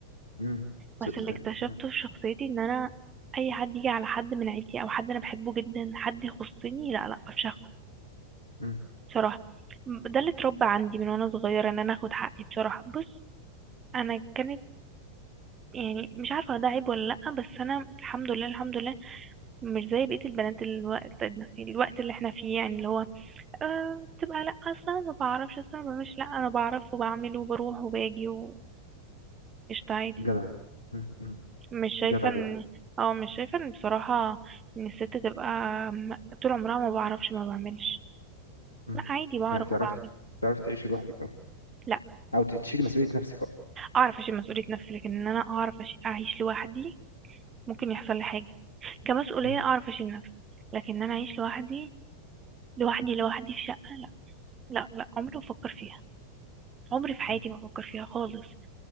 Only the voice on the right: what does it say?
بس اللي اكتشفته
في شخصيتي ان انا اي حد يجي على حد من عيلتي او حد انا بحبه جدا حد يخصني لا لا بفشخه
بصراحه ده اللي اتربى عندي من وانا صغيره ان انا اخد حقي بصراحه بص انا كانت يعني مش عارفة ده عيب ولا لأ بس أنا الحمد لله الحمد لله مش زي بقية البنات الوقت الوقت اللي احنا فيه يعني اللي هو أه بتبقى لأ أصلا ما بعرفش أصلا ما بعملش لأ أنا بعرف وبعمل وبروح وباجي وقشطة عادي
مش شايفة
إن
اه مش شايفة إن بصراحة إن الست تبقى م- طول عمرها ما بعرفش ما بعملش
لأ عادي بعرف
وبعمل
لأ
أعرف أشيل مسؤولية نفسي لكن إن أنا أعرف أشي- أعيش لوحدي ممكن يحصل لي حاجة كمسؤولية
أعرف أشيل نفسي لكن إن أنا أعيش لوحدي لوحدي لوحدي في شقة لا لا لا عمري ما بفكر فيها عمري في حياتي
ما بفكر فيها خالص